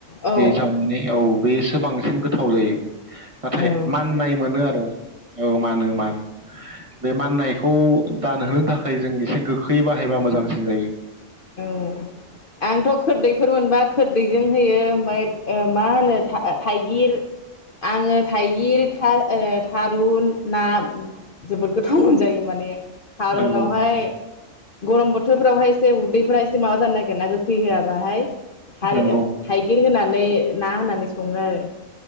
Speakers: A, on the left; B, on the right.
A: औ
B: बे जावनानै औ बैसो बांसिन गोथाव जायो। नाथाय
A: औ
B: माननाय मोनो आरो औ मानो मानो बे माननायखौ दानहोनो थाखाय जों एसे गोखै बाहायबा मोजांसिन जायो।
A: औ आंथ खोददैफोर मोनबा खोददैजों होयो ओमफाय ओ मा होनो थाइगिर आङो थाइगिर था ओ थारुन नाम जोबोद गोथाव मोनजायो माने थारनावहाय
B: नंगौ
A: गरम बोथोरफ्रावहाय एसे उदै फ्राय एसे माबा जानो नागिरो ना गोखै होआबाहाय थाइ-थाइगिर
B: नंगौ
A: होनानै ना होनानै सङो आरो